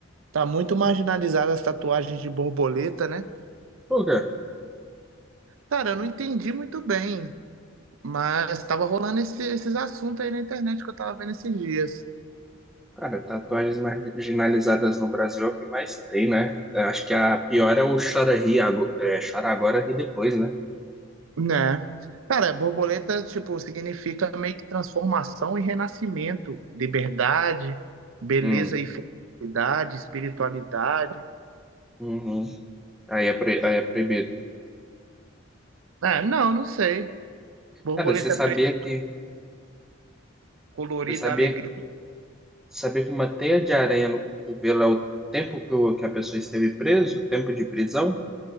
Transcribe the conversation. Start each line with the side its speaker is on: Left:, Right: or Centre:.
Right: tá muito marginalizada as tatuagens de borboleta, né?
Centre: Por quê?
Right: Cara, eu não entendi muito bem, mas tava rolando esse- esses assuntos aí na internet que eu tava vendo esses dias.
Centre: Cara, tatuagens marginalizadas no Brasil é o que mais tem, né? Eu acho que a pior é o chora ri, ago- é, chora agora, ri depois, né?
Right: Né? Cara, borboleta, tipo, significa meio que transformação e renascimento, liberdade, beleza
Centre: Hum,
Right: e felicidade, espiritualidade.
Centre: uhum. Aí é, pro- aí é proibido.
Right: Ah, não, não sei. Borboleta
Centre: Cara, você sabia
Right: preta,
Centre: que
Right: colorida
Centre: você sabia,
Right: alegria,
Centre: sabia que uma teia de aranha no cotovelo é o tempo que, o- que a pessoa esteve preso, o tempo de prisão?